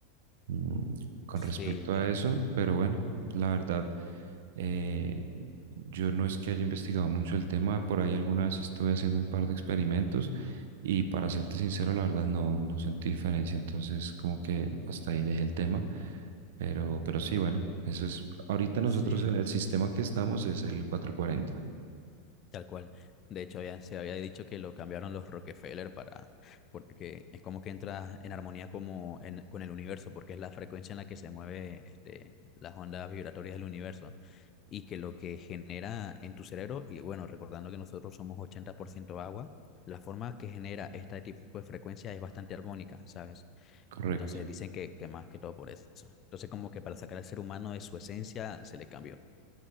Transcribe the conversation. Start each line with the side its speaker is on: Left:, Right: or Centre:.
Right: mm, con
Left: Sí,
Right: respecto a
Left: yo,
Right: eso, pero bueno, la verdad, eh, yo no es que haya investigado mucho el tema, por ahí alguna vez estuve haciendo un par de experimentos y para serte sincero, la verdad no, no sentí diferencia, entonces como que hasta ahí dejé el tema, pero, pero sí, bueno, eso es, ahorita nosotros
Left: sí.
Right: en el sistema que estamos es el cuatrocientos cuarenta,
Left: Tal cual. De hecho, ya se había dicho que lo cambiaron los Rockefeller para, porque es como que entra en armonía como en- con el universo, porque es la frecuencia en la que se mueve este, las ondas vibratorias del universo y que lo que genera en tu cerebro, y bueno, recordando que nosotros somos 80% agua, la forma que genera este tipo de frecuencia es bastante armónica, ¿sabes?
Right: correcto,
Left: Entonces dicen que, que más que todo por eso. Entonces como que para sacar al ser humano de su esencia se le cambió.